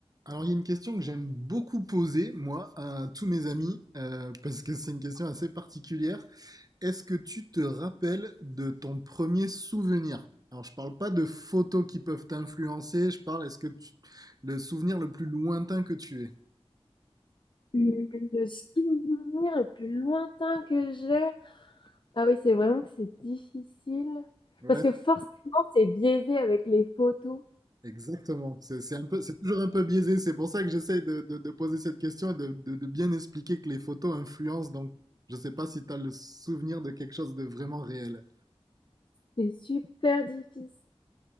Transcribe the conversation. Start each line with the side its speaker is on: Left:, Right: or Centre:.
Right: Alors, il y a une question que j'aime beaucoup poser, moi, à tous mes amis, euh, parce que c'est une question assez particulière. Est-ce que tu te rappelles de ton premier souvenir? Alors, je parle pas de photos qui peuvent t'influencer, je parle, est-ce que tu... le souvenir le plus lointain que tu aies?
Left: Le souvenir le plus lointain que j'ai. Ah oui, c'est vraiment que c'est difficile.
Right: Ouais,
Left: Parce que forcément, c'est biaisé avec les photos.
Right: exactement. C'est c'est un peu, c'est toujours un peu biaisé, c'est pour ça que j'essaye de, de- de poser cette question et de, de- de bien expliquer que les photos influencent, donc je sais pas si tu as le souvenir de quelque chose de vraiment réel.
Left: C'est super difficile.